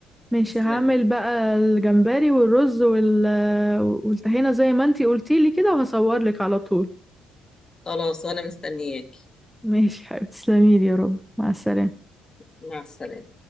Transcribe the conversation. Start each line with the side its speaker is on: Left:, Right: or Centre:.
Centre: ماشي
Left: تسلمي
Centre: هعمل بقى الجمبري والرز وال... والطحينة زي ما انتي قلتيلي كده وهصورلك على طول
Left: خلاص وانا مستنياكي
Centre: ماشي حبيبتي تسلميلي يا رب مع السلامة
Left: مع السلامة